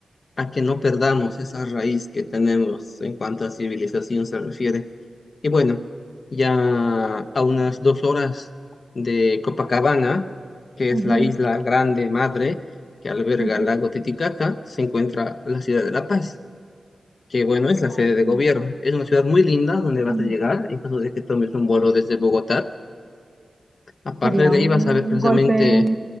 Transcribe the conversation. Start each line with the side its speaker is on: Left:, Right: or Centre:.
Left: a que no perdamos esa raíz que tenemos en cuanto a civilización se refiere. Y bueno, ya a unas dos horas de Copacabana, que
Right: ujú,
Left: es la isla grande madre que alberga
Right: ujú,
Left: el lago Titicaca, se encuentra la ciudad de La Paz, que bueno, es la sede
Right: ujú,
Left: de gobierno. Es una ciudad muy linda donde vas
Right: ujú.
Left: a llegar en caso de que tomes un vuelo desde Bogotá. Aparte
Right: Sería
Left: de
Right: un
Left: ahí vas a ver precisamente
Right: golpe